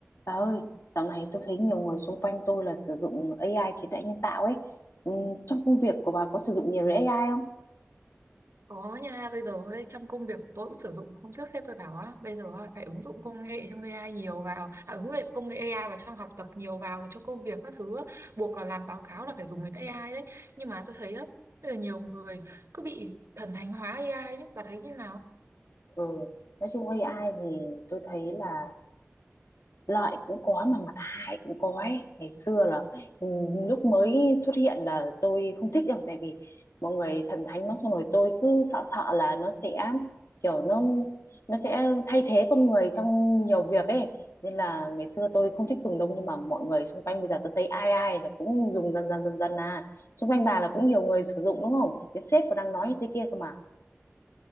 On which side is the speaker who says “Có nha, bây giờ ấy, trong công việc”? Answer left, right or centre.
Right